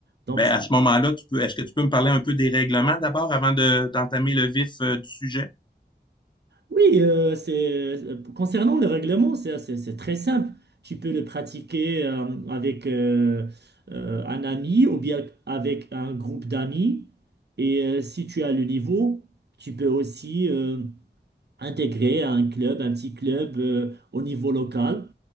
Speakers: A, on the right (about 70°); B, on the left (about 25°).
A: Donc,
B: Ben, à ce moment-là, tu peux, est-ce que tu peux me parler un peu des règlements d'abord avant de, d'entamer le vif euh, du sujet?
A: Oui, euh, c'est, euh, concernant le règlement, c'est assez- c'est très simple. Tu peux le pratiquer euh, avec euh, euh, un ami ou bien avec un groupe d'amis. Et euh, si tu as le niveau, tu peux aussi euh, intégrer un club, un petit club euh, au niveau local.